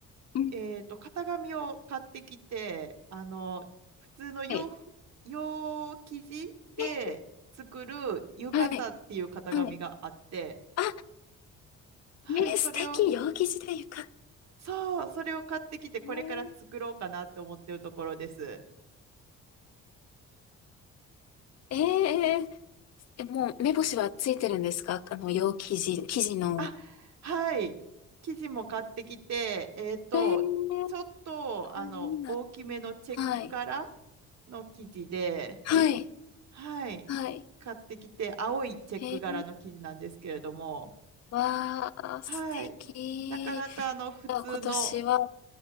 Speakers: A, on the left; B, on the right.
A: うん、
B: えっと、型紙を買ってきて、あの、普通の洋服、
A: はい。
B: 洋生地で作る浴衣っていう型紙があって、
A: え、はい、はい。あ、
B: はい、
A: ね素敵、
B: それを、
A: 陽生地で浴衣
B: そう、それを買ってきて、これから作ろうかなって思ってるところです。
A: ね。ええええ、もう目星はついてるんですか？あの、洋生地、生地の。
B: あ、はい、生地も買ってきて、えっと、
A: ええー、
B: ちょっと、
A: あ、
B: あの、
A: いいな。
B: 大きめのチェック柄
A: はい。
B: の生地で、
A: はい。
B: はい。
A: はい。
B: 買ってきて、青いチェック柄の生地なんですけれども、
A: へえ。わあ、素敵。
B: はい。なかなかあの普通の、
A: あ、今年は、